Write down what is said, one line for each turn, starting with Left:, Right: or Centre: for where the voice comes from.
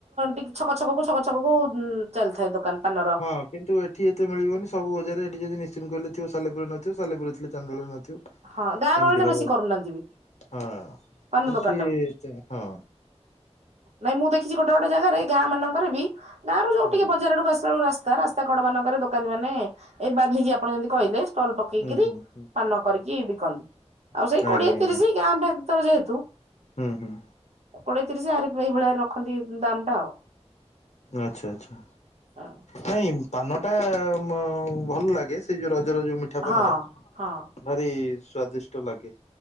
Right: ଟିକେ ଛକ ଛକକୁ ଛକ ଛକକୁ ଚାଲିଥାଏ ଦୋକାନ ପାନର।
Left: ହଁ। କିନ୍ତୁ ଏଠି ଏତେ ମିଳିବନି ସବୁ ବଜାର ରେ ଏଠି ଯଦି <unintelligible> ରେ ସାଲେପୁରରେ ନଥିବ ସାଲେପୁର ରେ ଥିଲେ ରେ ଚାନ୍ଦବାଲି ରେ ନଥିବ। ଏମତି
Right: ହଁ ଗାଁ ଗହଳିରେ
Left: ହବ।
Right: ବେଶୀ କରୁନାହାନ୍ତି ବି
Left: ହଁ,
Right: ପାନ
Left: ଏଠି
Right: ଦୋକାନ ଟାକୁ।
Left: ହଁ।
Right: ନାଇଁ ମୁଁ ଦେଖିଚି ଗୋଟେ ଗୋଟେ ଜାଗାରେ ଗାଁ ମାନଙ୍କରେ ବି ଗାଁ ରୁ ଯୋଉ
Left: ହୁଁ
Right: ଟିକେ ବଜାର ଆଡକୁ ଆସିଲା ବେଳକୁ ରାସ୍ତା, ରାସ୍ତା କଡ ମାନଙ୍କରେ ଦୋକାନୀ ମାନେ ଏ ବାନ୍ଧିକି ଆପଣ ଯେମିତି କହିଲେ ଷ୍ଟଲ ପକେଇକିରି
Left: ହୁଁ ହୁଁ ହୁଁ।
Right: ପାନ କରିକି ବିକନ୍ତି। ଆଉ ସେଇ
Left: ଆଜ୍ଞା
Right: କୋଡିଏ
Left: ଆଜ୍ଞା
Right: ତିରିଶ ଗାଁ ତ ଯେହେତୁ
Left: ହୁଁ ହୁଁ।
Right: କୋଡିଏ ତିରିଶି ଆରି ଏଇଭଳିଆ ରଖନ୍ତି ଦାମ୍ ଟା ଆଉ।
Left: ଆଚ୍ଛା ଆଚ୍ଛା।
Right: ଆଚ୍ଛା
Left: ନାଇଁ ପାନଟା ମ ଭଲ ଲାଗେ ସେଇ ଯୋଉ ରଜରଜ ଯୋଉ ମିଠା
Right: ହଁ
Left: ପାନ ଟା।
Right: ହଁ
Left: ଭାରି ସ୍ଵାଦିଷ୍ଟ ଲାଗେ।